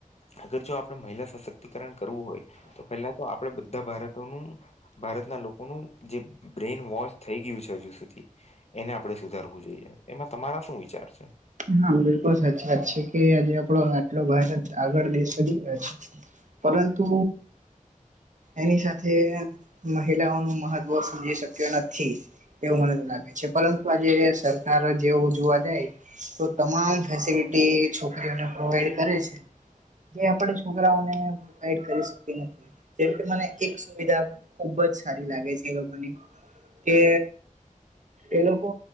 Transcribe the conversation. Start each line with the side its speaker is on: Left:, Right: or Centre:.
Left: અગર જો આપણે મહિલા સશક્તિકરણ કરવું હોય તો પેલા તો આપણેે બધા ભારતોનું ભારતના લોકોનું જે બ્રેઇન વોશ થઈ ગયું છે, હજુ સુધી એને આપણે સુધારવું જોઈએ એમાં તમારા શું વિચાર છે?
Right: હા બિલકુલ સાચી વાત છે, કે આજે આપડો આટલો ભારત આગળ દેશ બની ગયો છે. પરંતુ એની સાથે મહિલાઓનુ મહત્વ સમજી શક્યો નથી એવું મને લાગે છે, પરંતુ આજે સરકાર જેવું જોવા જાય તો તમામ ફેસિલિટી છોકરીઓને પ્રોવાઈડ કરે છે. જે આપણે છોકરાઓને પોવાઈડ કરી શકતી નથી જેમકે મને એક સુવિધા ખુબ જ સારી લાગે છે, એ લોકોની કે એલોકો